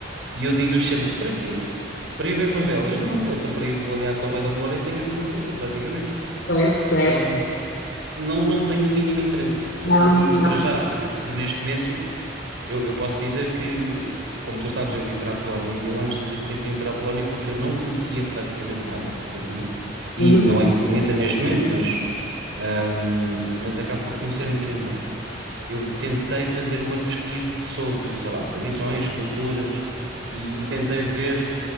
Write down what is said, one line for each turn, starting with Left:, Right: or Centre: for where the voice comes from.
Right: E eu digo-lhes sempre, para quê? Para ir ver favelas? Não, então para isso vou ali à Cova da Moura e tenho a mesma coisa, praticamente.
Left: Certo, certo.
Right: Não, não, não tenho o mínimo interesse.
Left: Não,
Right: Ah, e,
Left: não,
Right: e para
Left: não.
Right: já, eu eu neste momento Eu, eu posso dizer que, como tu sabes, eu vim para a Polónia e eu antes de ter vindo para a Polónia, porque eu não conhecia praticamente nada daqui, e
Left: Uhum,
Right: não é que conheça neste momento, mas, ahm, mas acabo por conhecer um bocadinho mais. Eu tentei fazer uma pesquisa sobre, sei lá, tradições, culturas, e, e tentei ver